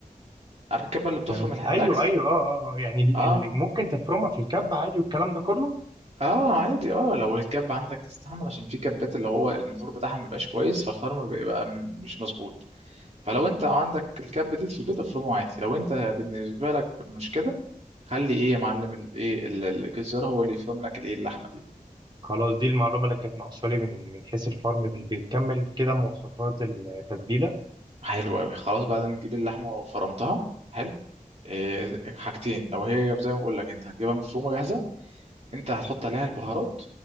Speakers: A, on the right; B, on the right.
A: عارف الكبة اللي بتفرم
B: تمام
A: الح-
B: ايوه
A: الاكل
B: ايوه اه اه آه. يعني
A: اه
B: اللي ممكن تفرمها في الكب عادي والكلام ده كله
A: اه عادي اه لو الكبة عندك تستحمل عشان في كبات اللي هو الموتور بتاعها ما بيبقاش كويس فالفرم بيبقى م- مش مظبوط فلو انت عندك الكبه دي في البيت افرمه عادي لو انت بالنسبه لك مش كده خلي ايه يا معلم الايه الجزار هو اللي يفرم لك الايه اللحمه دي
B: خلاص دي المعلومه اللي كانت ناقصه لي من من حيث الفرم في البيت كمل كده مواصفات التتبيله
A: حلو قوي خلاص بعد ما تجيب اللحمه وفرمتها حلو إيه حاجتين لو هي زي ما بقول لك انت هتجيبها مفرومه جاهزه انت هتحط عليها البهارات